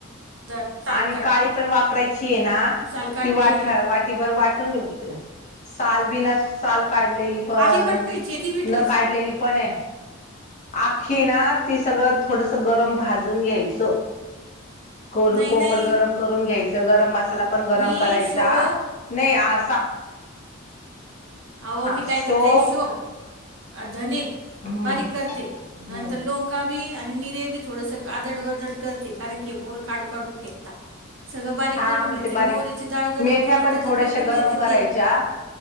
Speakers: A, on the right; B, on the left.
A: द- साल
B: आणि
A: काढ-
B: काळी पण वापरायची आहे ना
A: साल काढलेली
B: ती वाट वाट भर वाटून साल बिना साल काढलेली पण
A: आखी खायची ती बी
B: न
A: खायची
B: काढलेली पण आहे आखी ना ती सगळं थोडस गरम भाजून घ्यायचं को
A: नाही
B: कोमट
A: नाही
B: गरम करून घ्यायचं गरम मसाला पण गरम
A: मी
B: करायचा
A: शोप
B: नाही आ
A: अहो मी
B: शोप
A: काय करते सोपं धने
B: हम्म
A: बारीक करते
B: हम्म
A: नंतर लोंगा बी आणि मिरे बी थोडस आदड वर्दड करते कारण की पोरं काडू काडू फेकतात सगळं बारीक
B: हा
A: करून
B: मग
A: घेते
B: ते बारीक
A: मोहरीची डाळ गरम
B: मेथ्या
A: करून
B: पण
A: त्याच्यात
B: थोड्याशा
A: ओतून
B: गरम
A: देते
B: करायच्या
A: तेल